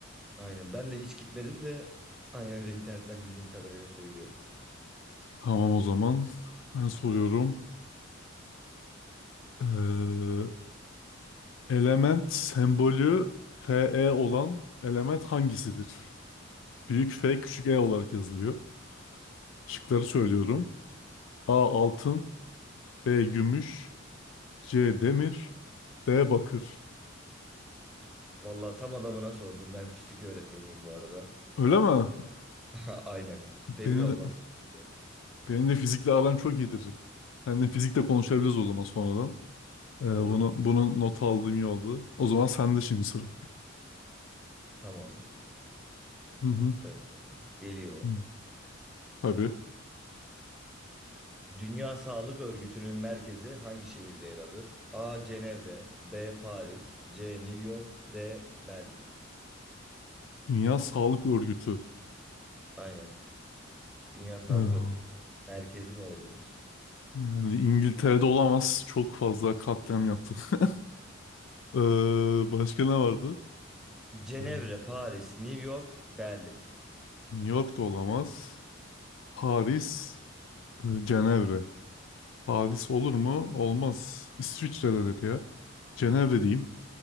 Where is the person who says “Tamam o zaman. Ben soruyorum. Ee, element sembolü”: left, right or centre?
Left